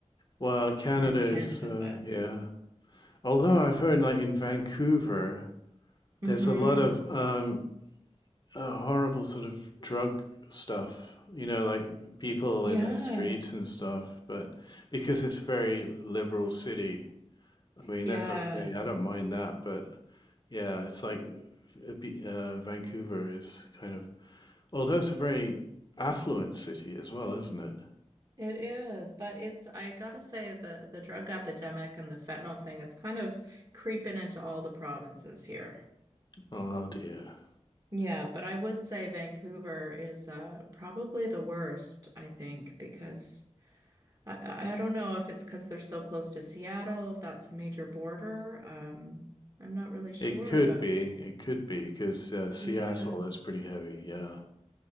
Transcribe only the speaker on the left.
well, Canada
is uh,
yeah. Although I've heard like in Vancouver, there's
a lot of um, uh, horrible sort of drug stuff, you know, like people
in the streets and stuff. But because it's very liberal city, I mean,
that's okay. I don't mind that. But yeah, it's like uh, B- uh, Vancouver is kind of, although it's a very affluent city as well, isn't it?
Oh dear.
It could
be. It could be because uh, Seattle
is pretty heavy. Yeah.